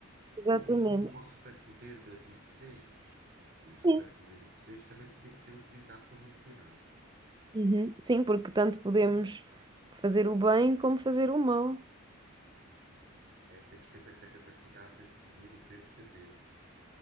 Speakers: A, on the right; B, on the right.
A: Exatamente.
B: Bom, um pouco como o superpoder de, dos desejos. O superpoder
A: Sim,
B: dos desejos também teria que ser utilizado com muito cuidado.
A: Uhum. Sim, porque tanto podemos fazer o bem como fazer o mal.
B: É, é, temos sempre essa capacidade de decidir o que queremos fazer.